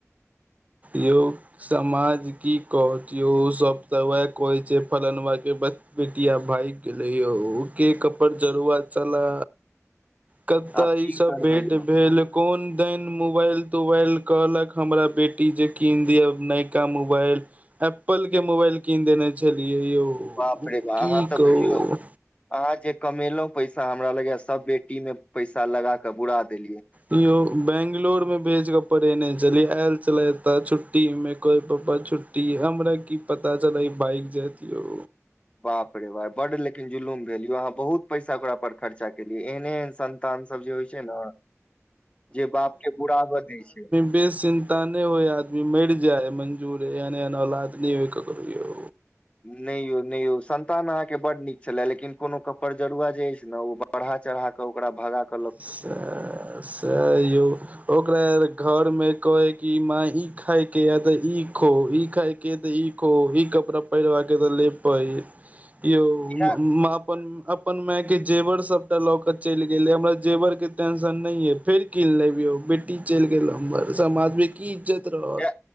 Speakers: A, on the right (about 30°); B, on the left (about 25°).
A: यौ समाज की कऽहत यो सब ते उहे कहे छे फलना के बच बेटिया भागगेलै यौ के कपड़ जरूआ चला कत्ता
B: आब की
A: ई सब
B: करबै
A: भेंट
B: यौ
A: भेल कोन दन मोबाईल-तोबाईल कहलक हमरा बेटी जे कीन दिअआ नवका मोबाईल। एप्पल के मोबाईल कीन देने छलियै यौ।
B: बापड़े बाप
A: की
B: अहा तऽ
A: कहू
B: बुझयो अहाँ जे कमेलहुँ पैसा हमरा लगया सब बेटी में पैसा लगा क बुरा देलिय।
A: यो बंगलोर में भेज के पड़ेने छलियै आयल छल त छुट्टी में कोई पापा छुटृ हमरा की पता चलै भाग जातयो।
B: बाप रे बाप बड लेकिन जुलुम भेल यौ अहाँ बहुत पैसा ओकरा पर खर्चा केलियै एहने एहन सं तान सब जे होइ छैय नहि, जे बाप के बुराब दे छैय।
A: बेसंतान होइ आदमी मरि जाय मंजूर है एहन, एहन औलाद नहि हो ककरो।
B: नहि यौ नहि यौ संन्तान अहाँके बड नीक छलए लेकिन कुनु कपर जरुआ जे अछि नही ओ पढ़ा चढ़ााक ओकरा भगा क
A: से, से यौ ओकरा घर मे कहे कि माय इ खाइके या तऽ ई खो ई खाइके तऽ ई खो भी कपड़ा पहिरबाकके तऽ लेपइहर यौ
B: इएह
A: माँ अपन-अपन माय के जेवर सँभटा लऽ क चलि गेलै हमरा जेवर के टेंशन नहि ये फेर कीन लेबियो बेटी चल गेलो हमर समाज मे की इज्जत रहल।
B: जाय